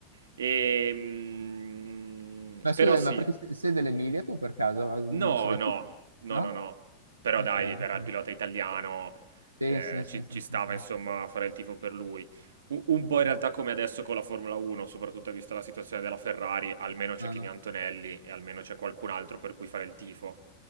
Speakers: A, on the right; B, on the right.
A: Ehm,
B: Ma scusa,
A: però sì,
B: ma perché se- sei dell'Emilia tu per caso? Ah, Non
A: No,
B: so,
A: no,
B: tu-
A: no,
B: no?
A: no, no. Però
B: Ok,
A: dai, era
B: ok.
A: il pilota italiano,
B: Sì,
A: eh,
B: sì, sì,
A: ci,
B: sì,
A: ci stava
B: sì, sì.
A: insomma fare il tifo per lui. U- un
B: Ok.
A: po' in realtà come adesso con la Formula 1, soprattutto vista la situazione della Ferrari, almeno c'è
B: Ah,
A: Kimi Antonelli e almeno c'è qualcun altro per cui fare il tifo.